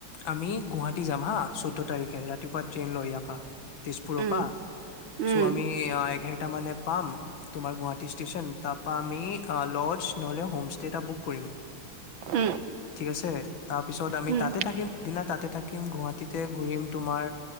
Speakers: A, on the left (about 80°); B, on the right (about 80°).
A: আমি গুৱাহাটী যাম হা চৈধ্য -তাৰিখে ৰাতিপুৱা ট্ৰেইন লয় ইয়াৰপা, তেজপুৰৰ
B: উম
A: পৰা। চ',
B: উম
A: আমি এঘা, তেতিয়া মানে পাম তোমাৰ গুৱাহাটী ষ্টেচন। তাৰ পা আমি ল'জ নহলে, সম ষ্টে, তেত্যা বুক কৰিম।
B: উম
A: ঠিক আছে। তাৰ পিছত আমি
B: উম
A: তাতে থাকিম দিনা তাতে থাকিম। থাকিম গুৱাহাটীতে ঘুৰিম তোমাৰ,